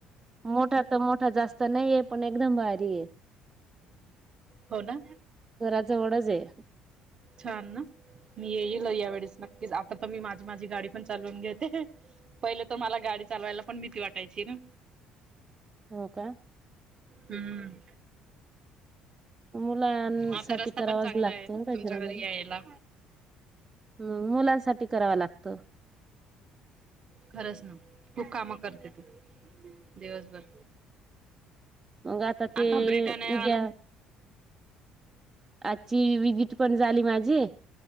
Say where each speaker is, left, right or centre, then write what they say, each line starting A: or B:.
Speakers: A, on the right; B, on the right.
A: मोठा तर मोठा जास्त नाहीय पण एकदम भारीय.
B: हो, ना
A: घरा जवळच हेय
B: छान ना, मी येईल या वेळेस नक्कीच आता तर मी माझी, माझी गाडी पण चालवून घेते पहिले तर मला गाडी चालवायला पण भीती वाटायची ना
A: <inaudible> हो का
B: हम्म
A: मुलांसाठी
B: आता रस्ता
A: करावाच
B: पण चांगला
A: लागतं.
B: आहे
A: रंजना
B: तुमच्या घरी
A: मॅडम!
B: यायला
A: मं, मुलांसाठी करावं लागतं.
B: खरंच ना खूप कामं करतेत, दिवसभर
A: मग ते
B: आता ब्रिटानयावाला
A: उद्या आजची विजिट पण झाली माझी.